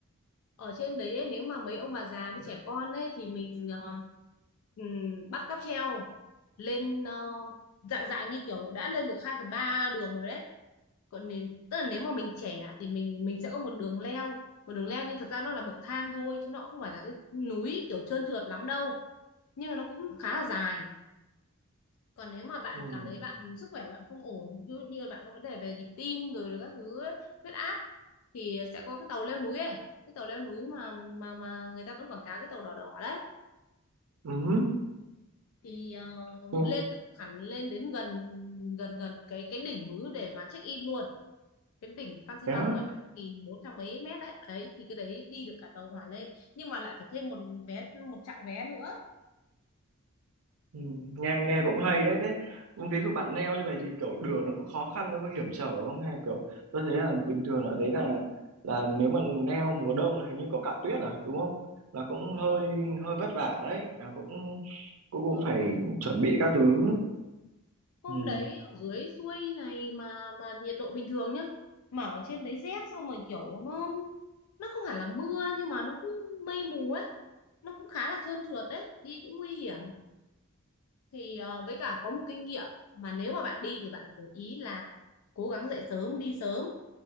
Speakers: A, on the left; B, on the right.
A: ở trên đấy ấy, nếu mà mấy ông bà già với trẻ con ấy thì mình ờ, ừm, bắt cáp treo lên ờ, dạng dạng như kiểu đã lên được 2 phần 3 đường rồi đấy còn nên, tức là nếu mà mình trẻ thì mình mình sẽ có một đường leo một đường leo nhưng thật ra nó là bậc thang thôi chứ nó cũng không phải là cái núi kiểu trơn trượt lắm đâu nhưng mà nó cũng khá là dài còn nếu mà bạn
B: ừ.
A: cảm thấy bạn sức khỏe bạn không ổn ví dụ như bạn có vấn đề về nhịp tim rồi các thứ ấy, huyết áp thì sẽ có cái tàu leo núi ấy cái tàu leo núi mà mà mà người ta vẫn quảng cáo cái tàu đỏ đỏ đấy
B: Ừ.
A: thì ờ,
B: Ừ.
A: lên được hẳn lên đến gần gần gần cái cái đỉnh núi để mà check in luôn cái đỉnh Phan Xi
B: Thế
A: Păng
B: á.
A: mà ba nghìn bốn trăm mấy mét đấy đấy thì cái đấy đi được cả tàu hỏa lên nhưng mà lại phải thêm một vé một chặng vé nữa
B: Ừ, nghe nghe cũng hay đấy thế ví dụ bạn neo như vậy thì kiểu đường nó có khó khăn nó có hiểm trở không hay kiểu tôi thấy là bình thường ở đấy là là nếu mà neo mùa đông là hình như có cả tuyết à đúng không là cũng hơi hơi vất vả đấy là cũng cũng cũng
A: ừ,
B: phải chuẩn bị
A: ừ.
B: các thứ
A: hôm
B: ừ.
A: đấy ở dưới xuôi này mà mà nhiệt độ bình thường nhá mà ở trên đấy rét xong rồi kiểu nó nó không hẳn là mưa nhưng mà nó cứ mây mù ấy nó cũng khá là trơn trượt đấy đi cũng nguy hiểm thì ờ, với cả có một kinh nghiệm mà nếu mà bạn đi thì bạn phải để ý là cố gắng dậy sớm đi sớm